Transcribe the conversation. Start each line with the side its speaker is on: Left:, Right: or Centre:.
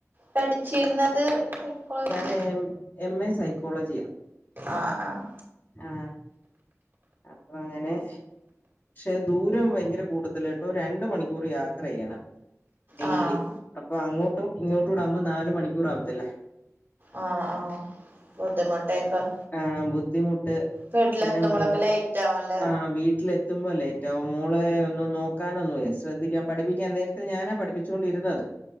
Right: പഠിച്ചിരുന്നത് സൈക്കോളജി
Left: <unintelligible> എം എ സൈക്കോളജിയാ
Right: ആഹ് ആഹ്
Left: ആഹ് അപ്പൊ അങ്ങനെ പക്ഷെ ദൂരം ഭയങ്കര കൂടുതലാട്ടോ രണ്ട് മണിക്കൂറ് യാത്ര ചെയ്യണം ഡെയിലി
Right: ആഹ്
Left: അപ്പൊ അങ്ങോട്ടും ഇങ്ങോട്ടുംടാകുമ്പ നാല് മണിക്കൂറാവത്തില്ലേ
Right: ആഹ് ആഹ് ബുദ്ധിമുട്ടേക്ക
Left: ആഹ് ബുദ്ധിമുട്ട്
Right: വീട്ടിലെത്തുമ്പളൊക്കെ
Left: പിന്നെ മൂ
Right: ലേറ്റാവുംല്ലേ
Left: ആഹ് വീട്ടിലെത്തുമ്പോ ലേറ്റാവും മോളേ ഒന്ന് നോക്കാനൊന്നുവേ ശ്രദ്ധിക്കാൻ പഠിപ്പിക്കാൻ നേര ഞാനാ പഠിപ്പിച്ചോണ്ടിരുന്നത്.